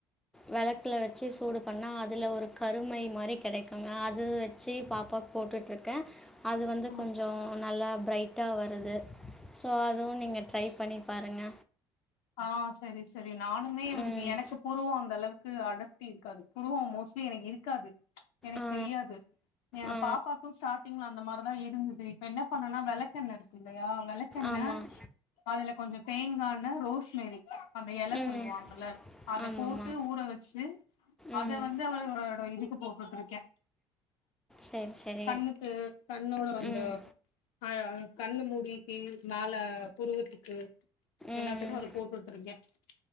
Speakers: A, in the centre; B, on the left (about 70°).
A: வெளக்ல வெச்சு சூடு பண்ணா அதுல ஒரு கருமை மாரி கெடைக்குங்க அது வெச்சி பாப்பா போட்டுட்ருக்க அது வந்து
B: ஓ
A: கொஞ்சோ நல்லா ப்ரைட்டா வருது ஸோ அதுவு நீங்க ட்ரை பண்ணி பாருங்க.
B: ஆ‌ செரி செ டி நானுமே வ்
A: ம்
B: எனக்கு புருவோ அந்த அளவு க்கு அடர்த்தி இருக்காது புருவோ மோஸ்லி எனக் இருக்காது எனக்
A: ஆ
B: தெரியாது எ
A: ஆ
B: பாப்பாக்கூ ஸ்டார்டிங்ல அந்த மாரிதா இருந்துது இப்ப என்ன பண்ணனா வெளகென்ன இருக்குல்ல யா வெளக்கெண்ண
A: ஆமாம்
B: அதல கொஞ்சோ தேங்காண்ண ரோ ஸ்மேரி அந்த எல
A: ம்
B: சொல்லுவாங்கல்ல அத
A: ஆமாம்மா
B: போட்டு ஊற வெச்சு அத
A: ம்
B: வந்து அவளோட இதுக்கு போ போட்ருக்கே.
A: சரி சரி
B: கண்ணுக்கு கண்ணோட வந்த
A: ம்
B: ஆ கண்ணு முடிக்கி மேல புருவத்துக்கு. எல்லாத்துக்கு
A: ம் ம்
B: அதப் <unintelligible>